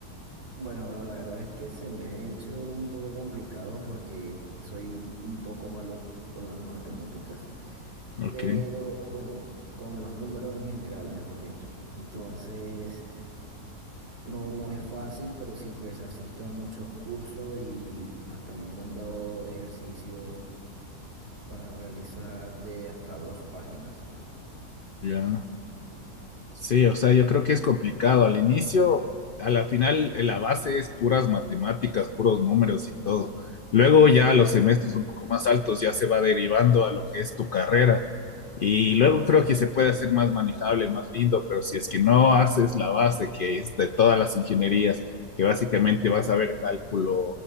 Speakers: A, on the right; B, on the left.
A: Bueno, bro, la verdad es que se me ha hecho un poco complicado porque soy un un poco malo con las matemáticas,
B: Ok,
A: pero bueno, con los números en general, mejor dicho. Entonces, no, no es fácil, pero sí, pues asisto a muchos cursos y hasta me han mandado ejercicios para realizar de hasta dos páginas.
B: ya. Sí, o sea, yo creo que es complicado al inicio, a la final eh, la base es puras matemáticas, puros números y todo. Luego ya los semestres un poco más altos ya se va derivando a lo que es tu carrera. Y luego creo que se puede hacer más manejable, más lindo, pero si es que no haces la base, que es de todas las ingenierías, que básicamente vas a ver cálculo